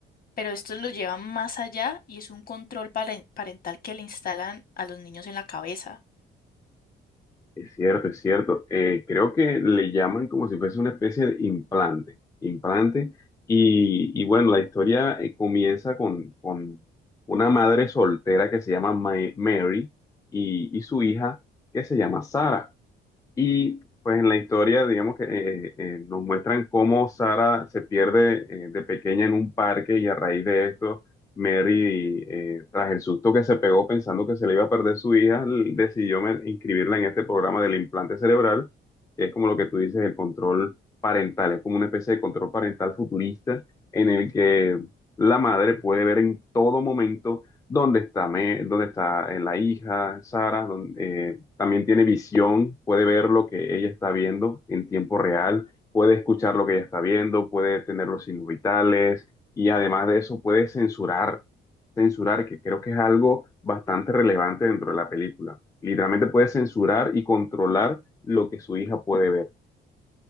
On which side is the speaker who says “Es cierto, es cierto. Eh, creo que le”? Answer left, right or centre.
Left